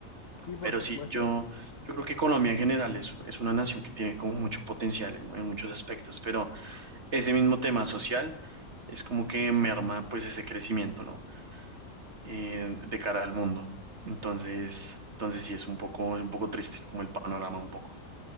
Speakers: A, on the left; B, on the right.
A: sí, por
B: Pero
A: supuesto.
B: sí, yo, yo creo que Colombia en general es, es una nación que tiene como mucho potencial en en muchos aspectos, pero... ese mismo tema social es como que merma pues ese crecimiento, ¿no? Eh, de cara al mundo. Entonces, entonces sí es un poco, un poco triste como el panorama un poco.